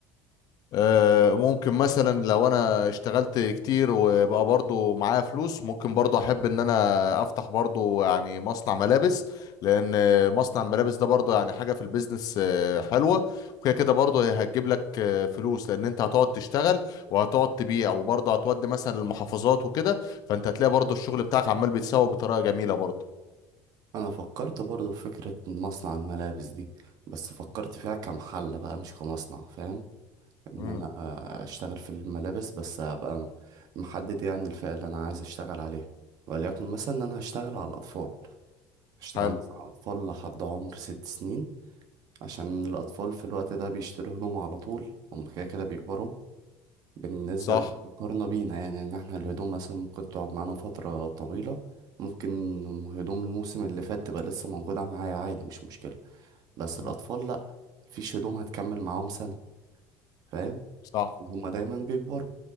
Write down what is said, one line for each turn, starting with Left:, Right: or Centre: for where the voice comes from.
Left: آه ممكن مثلا لو انا اشتغلت كتير وبقى برضو معايا فلوس ممكن برضو احب ان انا افتح برضو يعني مصنع ملابس لان مصنع الملابس ده برضو يعني حاجه في البيزنس آه، حلوه وكده كده برضو هي هتجيب لك آه، فلوس لان انت هتقعد تشتغل وهتقعد تبيع وبرضو هتودي مثلا للمحافظات وكده فانت هتلاقي برضو الشغل بتاعك عمال بيتسوق بطريقه جميله برضو
Right: انا فكرت برضو في فكرة مصنع الملابس دي بس فكرت فيها كمحل بقى مش كمصنع فاهم ان
Left: امم
Right: انا اشتغل في الملابس بس ابقى محدد يعني الفئة اللي انا عايز اشتغل عليها وليكن مثلا ان انا هشتغل على الاطفال هشتغل
Left: حلو
Right: مثلا على اطفال لحد عمر ست سنين عشان الأطفال في الوقت ده بيشتروا هدوم على طول هم كده كده بيكبروا بالنسبة
Left: صح
Right: للمقارنة بينا يعني إن إحنا الهدوم مثلا ممكن تقعد معانا فترة طويلة ممكن هدوم الموسم اللي فات تبقى لسه موجودة معايا عادي مش مشكلة بس
Left: مم.
Right: الأطفال لأ مفيش هدوم هتكمل معاهم سنة فاهم
Left: صح
Right: هما دايما بيكبروا